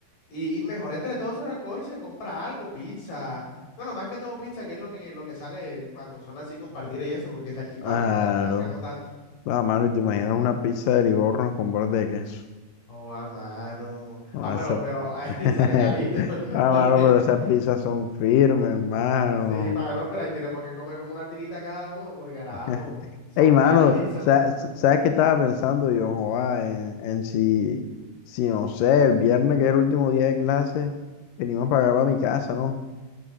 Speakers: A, on the left; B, on the left.
A: y- y mejor entre todos se recoge y se compra algo, pizza. Bueno, más que todo pizza, que es lo que, lo que sale cuando son así compartir y eso, porque salchipapa
B: Claro.
A: y todo eso como que no tanto.
B: Ah, mano, y te imaginas una pizza de Livorno con borde de queso.
A: Oh, a mano.
B: No,
A: Ah,
B: esa...
A: pero, pero <laughs> ay,
B: <laughs>
A: sale carito.
B: Ah,
A: <laughs>
B: mano, pero esas pizzas son firmes, mano.
A: Sí, mano, pero ahí tenemos que comer como una tirita cada uno, por carajo,
B: <laughs>
A: son
B: Ey, mano,
A: caras y son...
B: sa- sa- ¿sabes qué estaba pensando yo, joa, En, en si, si, no sé, el viernes, que es el último día de clase, venimos para acá, para mi casa, ¿no?